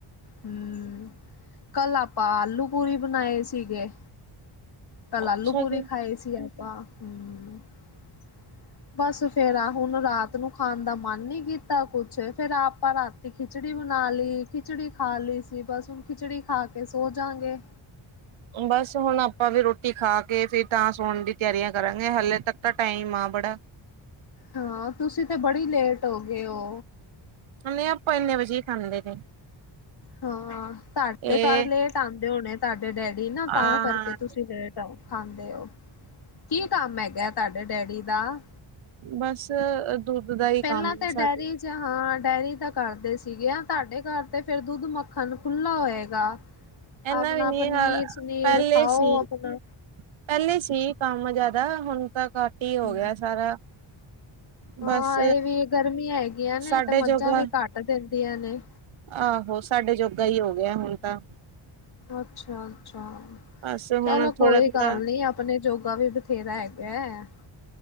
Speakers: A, on the left; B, on the right.
A: ਹੂੰ ਕਲ ਆਪਾਂ ਆਲੂ ਪੂਰੀ ਬਣਾਏ ਸੀਗੇ। ਕਲ
B: ਅੱਛਾ
A: ਆਲੂ ਪੂਰੀ
B: ਜੀ।
A: ਖਾਏ ਸੀ ਆਪਾਂ ਹੂੰ - ਬਸ ਫੇਰ ਆ ਹੁਣ ਰਾਤ ਨੂੰ ਖਾਣ ਦਾ ਮਨ ਨੀ ਕੀਤਾ ਕੁਛ ਫੇਰ ਆਪਾਂ ਰਾਤ- ਤੇ ਖਿਚੜੀ ਬਣਾ ਲੀ ਖਿਚੜੀ ਖਾ ਲੀ ਸੀ ਬਸ ਹੁਣ ਖਿਚੜੀ ਖਾ ਕੇ ਸੋ ਜਾਂਗੇ।
B: ਬਸ ਹੁਣ ਆਪਾਂ ਵੀ ਰੋਟੀ ਖਾ ਕੇ ਫਿਰ ਤਾਂ ਸੋਣ ਦੀ ਤਿਆਰੀਆਂ ਕਰਾਂਗੇ ਹਲੇੇ ਤਕ ਤਾਂ ਟਾਈਮ ਆ ਬੜਾ-
A: ਹਾਂ ਤੁਸੀ ਤੇ ਬੜੀ ਲੇਟ ਹੋ ਗਏ ਹੋ।
B: ਨਹੀ ਆਪਾਂ ਇਨੇ ਵਜੇ ਈ ਖਾਂਦੇ ਨੇ-
A: ਹਾਂ ਤਾਡੇ
B: ਇਹ
A: ਘਰ ਲੇਟ ਆਂਦੇ ਹੋਣੇ ਤਾਡੇ ਡੈਡੀ ਨਾ ਤਾਂ
B: ਆ
A: ਕਰਕੇ ਤੁਸੀ ਲੇਟ- ਖਾਦੇ ਹੋ ਕੀ ਕੰਮ ਹੈਗੈ ਤਾਡੇ ਡੈਡੀ ਦਾ-
B: ਬਸ- ਦੁੱਧ ਦਾ ਹੀ
A: ਪਹਿਲਾਂ
B: ਕੰਮ
A: ਤੇ
B: ਹੈ
A: ਡੈਡੀ-
B: ਸਾਡੇ
A: ਹਾਂ ਡੈਰੀ ਤਾਂ ਕਰਦੇ ਸੀਗੇ ਆ ਤਾਡੇ ਘਰ ਤੇ ਫੇਰ ਦੁੱਧ ਮੱਖਣ ਖੁੱਲਾ ਹੋਏਗਾ।
B: ਇਨਾ
A: ਆਪਣਾ
B: ਵੀ ਨੀ
A: ਪਨੀਰ
B: ਹਾਲ
A: ਸਨੀਰ
B: ਪਹਿਲੇ
A: ਖਾਓ
B: ਸੀ
A: ਆਪਣਾ-
B: ਪਹਿਲੇ ਸੀ ਕੰਮ ਜਿਆਦਾ ਹੁਣ ਤਾਂ ਘੱਟ ਹੀ ਹੋ
A: ਹਮ,
B: ਗਿਐ ਸਾਰਾ।
A: ਹਾਂ
B: ਬਸ
A: ਇਹ ਵੀ ਗਰਮੀਆਂ ਹੈਗੀਆਂ ਨੇ
B: ਸਾਡੇ
A: ਤੇ ਮੱਝਾਂ
B: ਜੋਗਾ
A: ਵੀ ਘੱਟ ਦਿੰਦੀਆਂ ਨੇ-
B: ਆਹੋ ਸਾਡੇ ਜੋਗਾ ਹੀ ਹੋ ਗਿਐ ਹੁਣ ਤਾਂ-
A: ਅੱਛਾ ਅੱਛਾ
B: ਬਸ ਹੁਣ
A: ਚਲੋ
B: ਥੋੜਾ
A: ਕੋਈ
B: ਥੋੜਾ
A: ਗੱਲ ਨੀ‌ ਅਪ ਆਪਣੇ ਜੋਗਾ ਵੀ ਬਥੇਰਾ ਹੈਗੈ।